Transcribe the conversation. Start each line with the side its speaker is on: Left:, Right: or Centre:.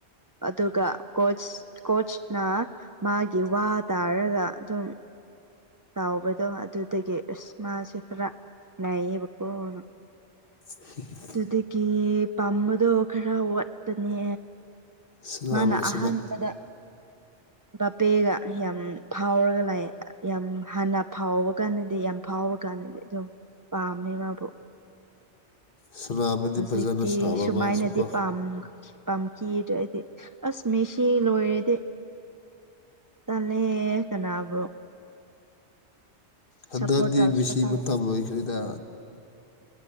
Right: ꯑꯗꯨꯒ ꯀꯣꯆ ꯀꯣꯆꯅ ꯃꯥꯒꯤ ꯋꯥ ꯇꯥꯔꯒ ꯑꯗꯨꯝ ꯇꯥꯎꯕꯗꯣ ꯑꯗꯨꯗꯒꯤ ꯏꯁ ꯃꯥꯥꯁꯦ ꯈꯔ ꯅꯩꯌꯦꯕꯀꯣꯅ
Left: <unintelligible>
Right: ꯑꯗꯨꯗꯒꯤ ꯄꯥꯝꯕꯗꯣ ꯈꯔ ꯋꯥꯠꯄꯅꯦ
Left: ꯁꯥꯟꯅꯕ
Right: ꯃꯥꯅ ꯑꯍꯥꯟꯕꯗ ꯕꯥꯄꯦꯒ ꯌꯥꯝ ꯐꯥꯎꯔꯒ ꯂꯥꯛꯑꯦ ꯌꯥꯝ ꯍꯥꯟꯅ ꯐꯥꯎꯕ ꯀꯥꯟꯗꯗꯤ ꯌꯥꯝ ꯐꯥꯎꯕ ꯀꯥꯟ ꯗꯤ ꯑꯗꯨꯝ ꯄꯥꯝꯃꯦ ꯃꯥꯕꯨ
Left: ꯁꯥꯟꯅꯕꯗꯤ
Right: ꯍꯧꯖꯤꯛꯇꯤ
Left: ꯐꯖꯅ ꯁꯥꯟꯅꯕ
Right: ꯁꯨꯃꯥꯏꯅꯗꯤ
Left: ꯃꯥꯁꯨꯀꯣ
Right: ꯄꯥꯝ ꯄꯥꯝꯈꯤꯗ꯭ꯔꯗꯤ ꯑꯁ ꯃꯦꯁꯤ ꯂꯣꯏꯔꯗꯤ ꯇꯜꯂꯦ ꯀꯅꯥꯕꯨ꯫
Left: ꯍꯟꯗꯛꯗꯤ
Right: ꯁꯞꯄꯣꯔꯠ ꯇꯧꯁꯤꯔ
Left: ꯃꯦꯁꯤ
Right: ꯈꯪꯗꯦ
Left: ꯃꯇꯝ ꯂꯣꯏꯈꯔꯦꯗ꯫